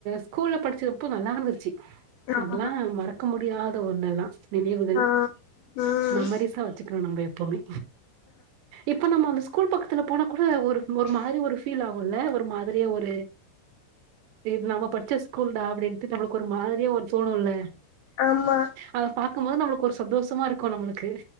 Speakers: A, on the right; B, on the left.
A: ஸ்கூல்ல படிச்சதப்போ நல்லாருந்துச்சு
B: ஆமா
A: அதெல்லா மறக்க முடியாத ஒண்ணெல்லா நினைவுகள்
B: ஆ ம்
A: மெமரிஸா வச்சுக்கணு நம்ப எப்பவுமே இப்ப நம்ம அந்த ஸ் கூல் பக்கத்துல போனா கூட ஒரு ஒரு ஃபீல் ல்ல ஒரு மாதிரி ஒரு இது நம்ம படிச்ச ஸ்கூல் டா அப்டின் து நமக்கு ஒரு மாதிரியா ஒண்ணு தோணுல்ல
B: ஆமா
A: அத பாத் இருக்கும்போது நம்மளுக்கு ஒரு சந்தோஷமா இருக்கு நம்மளுக்கு